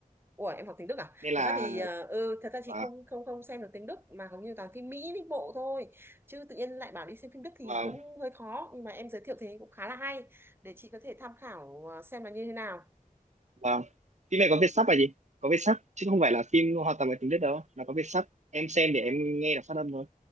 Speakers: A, on the right; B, on the right.
A: Ủa em học tiếng Đức à?
B: nên là
A: Thật ra thì ờ, ừ, thật ra chị
B: và
A: không không không xem được tiếng Đức mà hầu như toàn phim Mỹ Mỹ bộ thôi. Chứ tự nhiên lại bảo đi xem phim Đức thì
B: và
A: cũng hơi khó nhưng mà em giới thiệu thế cũng khá là hay để chị có thể tham khảo ờ, xem là như thế nào.
B: và phim này có Việt sắp là gì có Việt sắp chứ không phải là phim hoàn toàn bằng tiếng Đức đâu là có Việt sắp em xem để em nghe được phát âm thôi